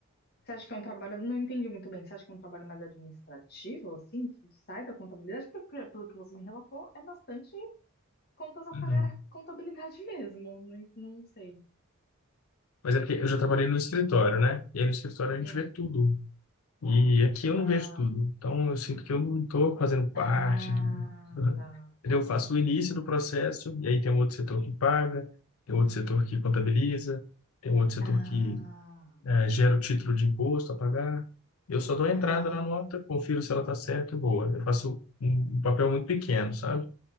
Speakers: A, on the left; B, on the left.
A: Você acha que é um trabalho, não entendi muito bem, você acha que é um trabalho mais administrativo, assim, que sai da contabilidade? Porque, pe- pelo que você me relatou, é bastante contas a
B: Uhum.
A: pagar a contabilidade <laughs> mesmo, não, en- não sei.
B: Mas é porque eu já trabalhei no escritório, né? E aí no escritório a gente
A: Hum.
B: vê tudo E aqui eu
A: Ah,
B: não vejo tudo. Então, eu sinto que eu não estou fazendo parte
A: ah,
B: do. <laughs>
A: tá.
B: Entendeu? Eu faço o início do processo, e aí tem um outro setor que paga, tem outro setor que contabiliza, tem um outro setor
A: Ah,
B: que eh, gera o título de imposto a pagar. Eu só dou a
A: ah,
B: entrada na nota, confiro se ela está certa e boa. Eu faço um um papel muito pequeno, sabe?